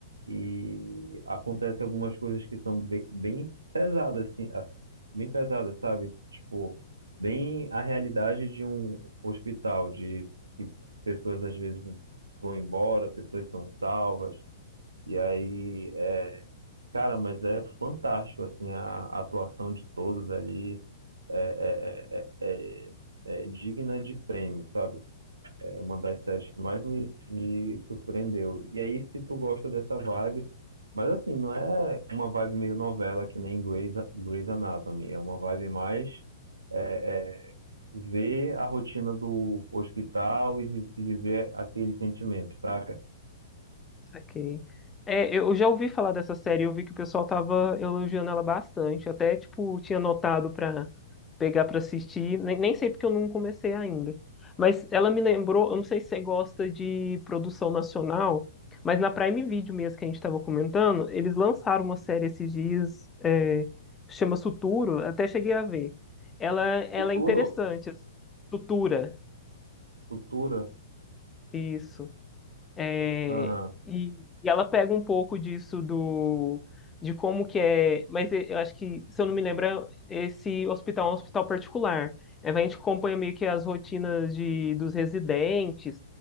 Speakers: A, on the right; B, on the left.
A: e acontece algumas coisas que são bem, bem pesadas, assim, a- bem pesadas, sabe? Tipo, bem a realidade de um hospital, de que pessoas às vezes vão embora, pessoas são salvas, e aí, é, cara, mas é fantástico, assim, a, a atuação de todos ali é, é, é, é, é é digna de prêmio, sabe? É uma das séries que mais me, me surpreendeu. E aí, se tu gosta dessa vibe, mas assim, não é uma vibe meio novela que nem Grey's, Grey's Anatomy, é uma vibe mais é, é, ver a rotina do hospital e, vi- e viver aquele sentimento, saca?
B: Saquei. É, eu já ouvi falar dessa série, eu vi que o pessoal tava elogiando ela bastante. Até, tipo, tinha anotado pra pegar pra assistir. Nem, nem sei porque eu não comecei ainda. Mas ela me lembrou, eu não sei se você gosta de produção nacional, mas na Prime Video mesmo que a gente tava comentando, eles lançaram uma série esses dias, é, chama Suturo, até cheguei a ver. Ela, ela
A: Futuro,
B: é interessante, assim. Sutura,
A: futura,
B: isso. É,
A: aham,
B: e, e ela pega um pouco disso do de como que é, mas eu acho que, se eu não me lembro, esse hospital é um hospital particular. É, A gente acompanha meio que as rotinas de, dos residentes,